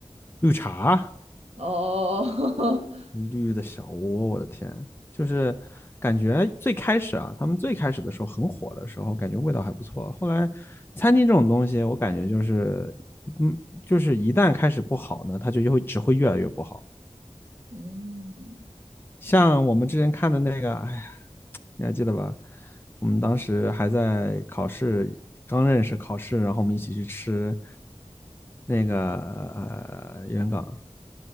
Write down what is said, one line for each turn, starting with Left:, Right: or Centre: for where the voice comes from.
Left: 绿茶，
Right: 哦，<laughs>
Left: 绿的小窝，我的天，就是感觉最开始啊，他们最开始的时候很火的时候，感觉味道还不错。后来餐厅这种东西，我感觉就是，嗯，就是一旦开始不好呢，它就会只会越来越不好。
Right: 嗯，
Left: 像我们之前看的那个，哎呀，你还记得吧？我们当时还在考试，刚认识考试，然后我们一起去吃那个呃元港